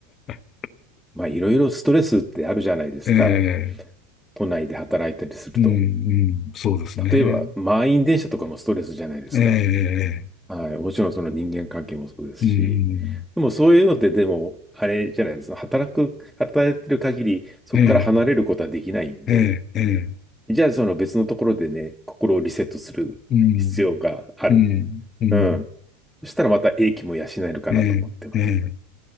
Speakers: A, on the left; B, in the centre.
A: <laughs>
B: まあいろいろストレスってあるじゃないですか。
A: ええ、
B: 都内で働いたりすると。
A: うん、うん、そうですね。
B: 例えば満員電車とかもストレスじゃないですか。
A: ええ、え
B: はい。もちろんその人間関係もそうですし。
A: え、うん、
B: でもそういうのってでも、あれじゃないですか。働く、働いてる限り、そこから離れることはできないんで、
A: うんええ、ええ、ええ、
B: じゃあ、その別のところでね、心をリセットする必要がある。
A: うん、うん、うん、
B: うん。そしたらまた英気も養えるかなと思ってます。
A: ええ、ええ。